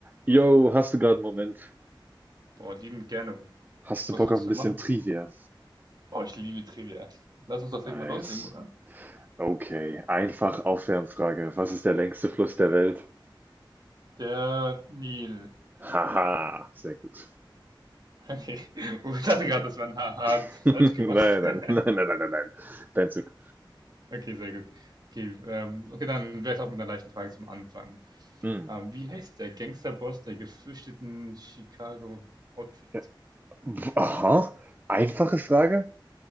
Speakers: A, on the right; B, on the right.
A: Yo, hast du gerade einen Moment?
B: Boah, liebend gerne.
A: Hast
B: Was
A: du Bock
B: willst
A: auf ein bisschen
B: du denn machen?
A: Trivia?
B: Boah, ich liebe Trivia. Lass uns das
A: Nice.
B: direkt mal loslegen, oder?
A: Okay, einfach Aufwärmfrage. Was ist der längste Fluss der Welt?
B: Der Nil.
A: Haha, sehr gut.
B: Okay. <laughs> Oh, ich dachte
A: Okay.
B: gerade, das war ein Haha,
A: <laughs> Nein,
B: falsch gemacht.
A: nein,
B: <laughs>
A: nein, nein, nein, nein, nein. Dein Zug.
B: Okay, sehr gut. Okay, ähm, okay, dann wäre ich auch mit einer leichten Frage zum Anfang.
A: Hm.
B: Ähm, wie heißt der Gangsterboss der gefürchteten Chicago Outfit?
A: Ja. Aha, einfache Frage?